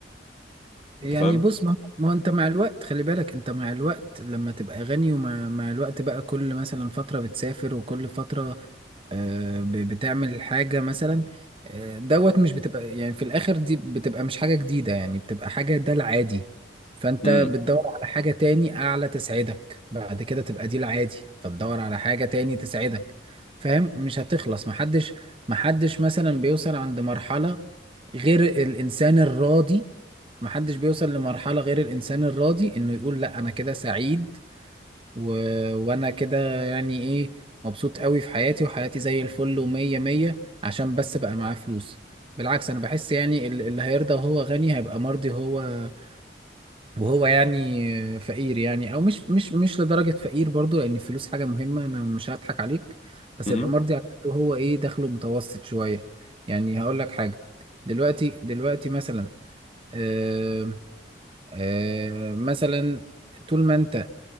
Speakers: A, on the left; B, on the right.
A: أنت
B: يعني
A: فاهم؟
B: بص ما ما هو انت مع الوقت خلي بالك انت مع الوقت لما تبقى غني ومع مع الوقت بقى كل مثلا فترة بتسافر وكل فترة آه، ب- بتعمل حاجة مثلا آه، دوت مش بتبقى يعني في الآخر دي بتبقى مش حاجة جديدة يعني بتبقى حاجة ده العادي فأنت
A: امم
B: بتدور على حاجة تاني أعلى تسعدك بعد كده تبقى دي العادي فتدور على حاجة تاني تسعدك فاهم مش هتخلص محدش محدش مثلا بيوصل عند مرحلة غير الإنسان الراضي محدش بيوصل لمرحلة غير الإنسان الراضي إنه يقول لأ أنا كده سعيد و... وأنا كده يعني إيه مبسوط قوي في حياتي وحياتي زي الفل ومية مية عشان بس بقى معاه فلوس بالعكس أنا بحس يعني ال- اللي هيرضى وهو غني هيبقى مرضي وهو وهو يعني فقير يعني أو مش مش مش لدرجة فقير برضو لأن الفلوس حاجة مهمة أنا مش هضحك عليك بس
A: امم
B: يبقى مرضي على الأقل وهو إيه دخله متوسط شوية يعني هقول لك حاجة دلوقتي دلوقتي مثلا آه، آه، مثلا طول ما انت